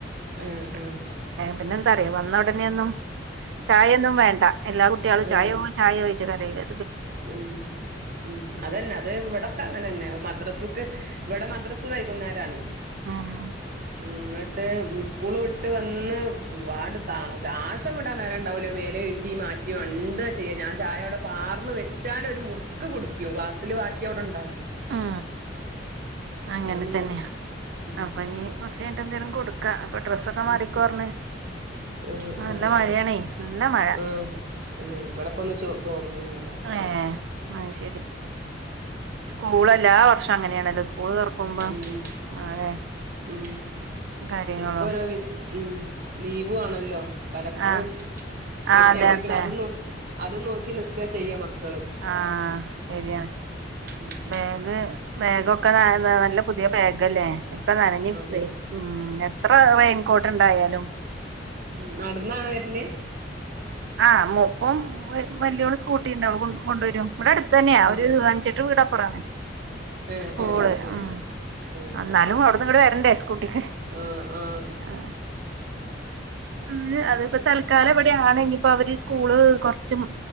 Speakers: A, on the right; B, on the right.
A: ആഹ് ആഹ്
B: പിന്നെ എന്താറിയ വന്ന ഉടനെൊന്നും ചായയൊന്നും വേണ്ട എല്ലാ കുട്ടികളും
A: ആഹ്
B: ചായോ ചായയോ ല്ല
A: ഉം ഉം അതന്നെ അതിവിടൊക്കെ അങ്ങന തന്നെ മദ്രസക്ക് ഇവിടെ മദ്രസ്സ് വൈകുന്നേരാണ്
B: ആഹ
A: ഇങ്ങിട്ട് സ്കൂള് വിട്ട് വന്ന് ആണ്ട് ശ്വാസംവിടാൻ നേര ഉണ്ടാവൂല മേലയ്ക്കാൻ ഴ മാറ്റിണ്ട് മണ്ട ചെയ്യ. ഞാൻ ചായ അവിടെ പാർന്ന് വെ വെച്ചാൽ ഒരു മുറുക്ക് കുടിക്കും ക്ലാസിൽ ബാക്കി അവിടെ ണ്ടാവും
B: ഉ അങ്ങനെ
A: അതൊന്നും
B: തന്നെ
A: വേണ്ട ഉം
B: അപ്പ നീ കൊർച്കഴിഞ്ഞിട്ട് എന്തേലും കൊടുക്കാ ഇപ്പൊ ഡ്രസ്സൊക്കെ മാറിക്കോ
A: ഉം
B: പറഞ്ഞ
A: ആഹ്
B: നല്ല
A: ആഹ്
B: മഴയാണേ നല്ല മഴ
A: ആഹ് പിന്നെ ഇവിടെപ്പൊന്ന് ചോ തോർന്ന്ണ് മഴ
B: ഏ ആ ശരി സ്കൂളല്ല വർഷം അങ്ങനെയാണല്ലോ സ്കൂള് തുറക്കുമ്പോ
A: ഉം
B: മഴേ
A: ഉം
B: കാര്യങ്ങളും
A: ഇപ്പോരോ ഉം ലീവും ആണല്ലോ കലക്ടർ
B: ആഹ്
A: പ്രഖ്യാപിക്കണം
B: ആഹ് അതെ അതെ
A: അതും അതും നോക്കി നിക്ക ചെയ്യ മക്ക
B: ആഹ ശരിയാ
A: ഉം
B: ബാഗ് ബാഗൊക്കെ നല്ല പുതിയ ബാഗല്ലേ ഒക്കെ നനഞ്ഞ
A: അതെ
B: ഉ എത്ര റൈൻകോട്ട് ഇണ്ടായാലും
A: ഉ നടന്നാണോ വരില്
B: ആഹ് മുപ്പം വലിയഓൾ സ്കൂട്ടിണ്ട് ഓൾ കൊണ്ടുവരും ഇവിടെ അടുത്ത് തന്നെയാ
A: ആഹ്
B: ഒരു അഞ്ചട്ട് വീടാപ്പുറ ണ്
A: ആഹ്
B: സ്കൂള്
A: ആഹ് ശരി
B: ഉം
A: ആഹ്
B: എന്നാലും അവിടെ കൂടെ വരണ്ടേ സ്കൂട്ടിക്ക്
A: ആഹ് ആഹ്
B: ആ ഉ
A: അത്
B: അതിപ്പോ
A: ശരി
B: തൽക്കാലം എവിടെയാണ്ങ്ക ഇപ്പൊ അവര് സ്കൂള് കുറച്ചും